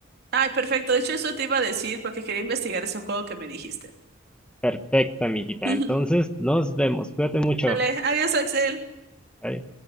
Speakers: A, on the right; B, in the centre.
A: Ay, perfecto. De hecho, eso te iba a decir porque quería investigar ese juego que me dijiste.
B: Perfecto, amiguita.
A: <laughs>
B: Entonces, nos vemos. Cuídate mucho.
A: Dale, adiós, Axel.
B: Bye.